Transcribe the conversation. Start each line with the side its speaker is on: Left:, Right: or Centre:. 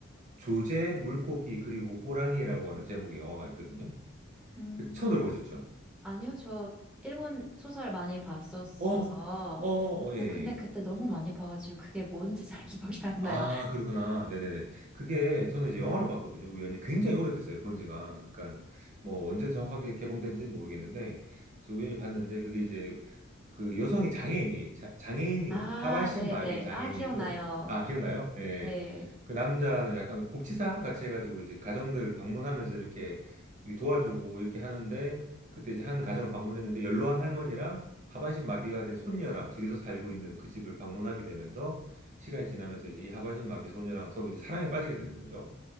Right: 조제, 물고기 그리고 호랑이라고 하는 제목의 영화가 있거든요.
Centre: 음,
Right: 그 처음 들어보셨죠?
Centre: 아니요, 저 일본 소설 많이 봤었어서.
Right: 어, 어, 어, 예.
Centre: 뭐,
Right: 예.
Centre: 근데 그때 너무 많이 봐가지고 그게 뭔지 잘 <laughs> 기억이 안
Right: 아,
Centre: 나요.
Right: 그렇구나. 네네네. 그게 저는 이제 영화로 봤거든요. 우연히 굉장히 오래됐어요. 본 지가. 그러니까 뭐 언제 정확하게 개봉된지는 모르겠는데 저 우연히 봤는데 그게 이제 그 여성이 장애인이 자- 장애인이거든요.
Centre: 아,
Right: 하반신
Centre: 네네.
Right: 마비 장애인이고
Centre: 아, 기억나요.
Right: 아 기억나요? 예.
Centre: 네.
Right: 그 남자는 약간 복지사 같이 해가지고 이제 가정들 방문하면서 이렇게 이렇게 도와주고 이렇게 하는데 그때 이제 한 가정을 방문했는데 연로한 할머니랑 하반신 마비가 된 손녀랑 둘이서 살고 있는 그 집을 방문하게 되면서 시간이 지나면서 이제 이 하반신 마비 소녀랑 서로 이제 사랑에 빠지게 되는 거죠.